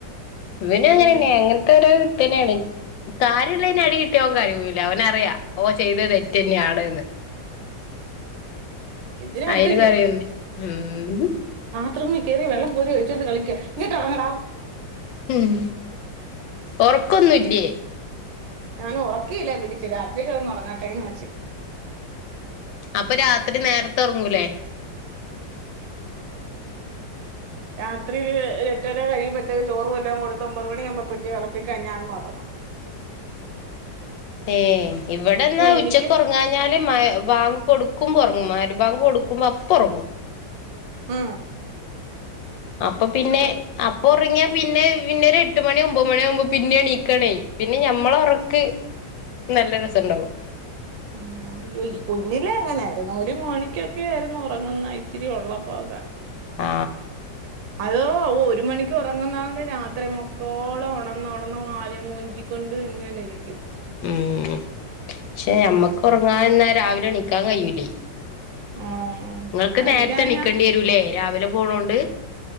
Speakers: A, on the left (about 80°); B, on the right (about 80°).
A: ഇവനും അങ്ങനെന്നെ
B: ഏയ്
A: അങ്ങൻത്തെ ഒരു തന്നേണ് കാര്യള്ളേന് അടി കിട്ടിയ ഓൻ കരയൂല്ല ഓനറിയാ ഓ ചെയ്തെ തെറ്റെന്ന്യാണ്ന്ന്
B: ഇത് രണ്ടും
A: അയിന് കരയും ഉം
B: ത്റൂം കേറി വള്ളം കോരി ഒഴിച്ചോണ്ട് കളിക്ക ഇങ്ങട്ട് എറങ്ങടാ
A: ഉം ഒറക്കൊന്നുല്ലേ
B: ഞാനൊറ ക്കീല്ല പിടിച്ച് രാത്രി കെടന്ന് ഒറങ്ങട്ടേന്ന് വെച്ച്
A: അപ്പൊ രാത്രി നേരത്തെ ഒർങ്ങൂലേ
B: ആ ഒർ രാത്രീല് എട്ടരെ കഴിയുമ്പഴ്ത്തേ ചോറും വല്ലാം കൊടുത്ത ഒമ്പത് മണിയാമ്പോ പിടിച്ച് കെടതിക്കഴ്ഞ്ഞ അങ്ങ് ഒറങ്ങും
A: ഏ ഇവിടെ ഇന്നാ ഉച്ചക്ക്
B: എനിക്ക്
A: ഒർങ്ങാഞ്ഞാല് മയ് ബാങ്ക് കൊടുക് കുമ്പോ ഒർങ്ങും മയ്രിബാങ്ക് കൊടുക്കുമ്പോ അപ്പൊർങ്ങും
B: ആ
A: അപ്പൊ പിന്നെ അപ്പൊ ഒർങ്ങിയ പിന്നെ പിന്നെ ഒരു എട്ട് മണി ഒമ്പത് മണിയാമ്പോ പിന്നെണീക്കാണേ പിന്നെ ഞമ്മളൊറക്കി നല്ല രസണ്ടാവും
B: ആ യ കുഞ്ഞിലേ അങ്ങനാ ര്ന്നു ഒരു മണിക്കൊക്കെ ആയിരുന്നു ഒറങ്ങുന്നേ ഇച്ചിരി ഉള്ളപ്പോക്കെ
A: ആ
B: ഓ ഒരു മണിക്ക് ഓറങ്ങുന്നവന് രാത്രി മക്കോളം ഒണന്നൊണന്ന് കയം മൊഞ്ചിക്കൊണ്ട് ഇങ്ങനെ ഇരിക്കും
A: ഉം ഷെ ഞമ്മക്ക് ഒറങ്ങാന്നാ രാവിലെ എണിക്കാൻ കയ്യൂലേ
B: ആഹ്
A: നിങ്ങൾക്ക് നേരത്തെ
B: എനിക്കാണെങ്കി
A: എണിക്കേണ്ടി വരൂല്ലേ രാവി ലെ പോണോണ്ട്